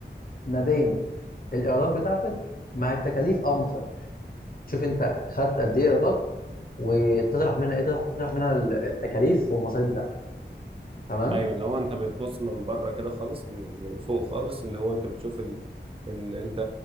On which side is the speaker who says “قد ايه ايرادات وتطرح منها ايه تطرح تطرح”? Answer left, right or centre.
Left